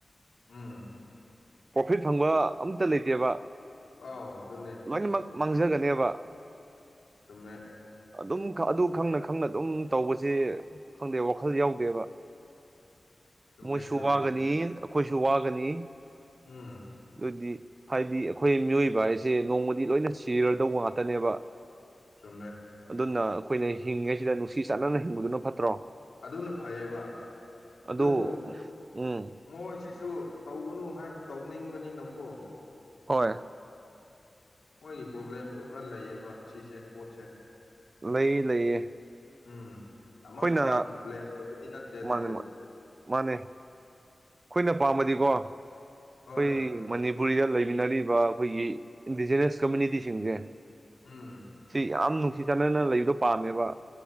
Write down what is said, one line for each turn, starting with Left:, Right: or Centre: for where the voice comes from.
Left: ꯎꯝ
Right: ꯄ꯭ꯔꯣꯐꯤꯠ ꯐꯪꯕ ꯑꯝꯇ ꯂꯩꯇꯦꯕ
Left: ꯑꯥꯎ ꯑꯗꯨꯅꯦ
Right: ꯂꯣꯏꯅꯃꯛ ꯃꯥꯡꯖꯒꯅꯦꯕ
Left: ꯆꯨꯝꯃꯦ
Right: ꯑꯗꯨꯝ ꯑꯗꯨ ꯈꯪꯅ ꯈꯪꯅ ꯑꯗꯨꯝ ꯇꯧꯕꯁꯦ ꯈꯪꯗꯦ ꯋꯥꯈꯜ ꯌꯥꯎꯗꯦꯕ
Left: ꯆꯨꯝꯃꯦ
Right: ꯃꯣꯏꯁꯨ
Left: ꯆꯨꯝꯃꯦ
Right: ꯋꯥꯒꯅꯤ ꯑꯩꯈꯣꯏꯁꯨ ꯋꯥꯒꯅꯤ
Left: ꯎꯝ
Right: ꯑꯗꯨꯗꯤ ꯍꯥꯏꯗꯤ ꯑꯩꯈꯣꯏ ꯃꯤꯑꯣꯏꯕ ꯍꯥꯏꯁꯦ ꯅꯣꯡꯃꯗꯤ ꯂꯣꯏꯅ ꯁꯤꯔꯗꯧꯕ ꯉꯥꯛꯇꯅꯦꯕ
Left: ꯆꯨꯝꯃꯦ
Right: ꯑꯗꯨꯅ ꯑꯩꯈꯣꯏꯅ ꯍꯤꯡꯉꯩꯁꯤꯗ ꯅꯨꯡꯁꯤ ꯆꯥꯟꯅꯅ ꯍꯤꯡꯕꯗꯨꯅ ꯐꯠꯇ꯭ꯔꯣ
Left: ꯑꯗꯨꯅ ꯐꯩꯌꯦꯕ
Right: ꯑꯗꯨ
Left: ꯑꯗꯨꯕꯨ
Right: ꯎꯝ
Left: ꯃꯣꯏꯁꯤꯁꯨ ꯇꯧꯒꯅꯨ ꯍꯥꯏꯕ ꯇꯧꯅꯤꯡꯕꯅꯤꯅꯀꯣ
Right: ꯍꯣꯏ
Left: ꯃꯣꯏꯒꯤ ꯄ꯭ꯔꯣꯕ꯭ꯂꯦꯝꯁꯨ ꯈꯔ ꯂꯩꯌꯦꯕ ꯁꯤꯁꯦ ꯄꯣꯠꯁꯦ
Right: ꯂꯩ ꯂꯩꯌꯦ
Left: ꯎꯝ ꯑꯃ
Right: ꯑꯩꯈꯣꯏꯅ
Left: ꯑꯃꯕꯨ ꯕ꯭ꯂꯦꯝ ꯇꯧꯕꯗꯤ ꯅꯠꯇꯦ ꯑꯗꯨꯕꯨ
Right: ꯃꯥꯅꯦ ꯃꯥ ꯃꯥꯅꯦ ꯑꯩꯈꯣꯏꯅ ꯄꯥꯝꯃꯗꯤꯀꯣ ꯑꯩꯈꯣꯏꯅꯤ
Left: ꯍꯣꯏ
Right: ꯃꯅꯤꯄꯨꯔꯤꯗ ꯂꯩꯃꯤꯟꯅꯔꯤꯕ ꯑꯩꯈꯣꯏꯒꯤ ꯏꯟꯗꯤꯖꯤꯅꯁ ꯀꯝꯃꯨꯅꯤꯇꯤꯁꯤꯡꯁꯦ
Left: ꯎꯝ
Right: ꯁꯤ ꯌꯥꯝ ꯅꯨꯡꯁꯤ ꯆꯥꯟꯅꯅ ꯂꯩꯕꯗꯣ ꯄꯥꯝꯃꯦꯕ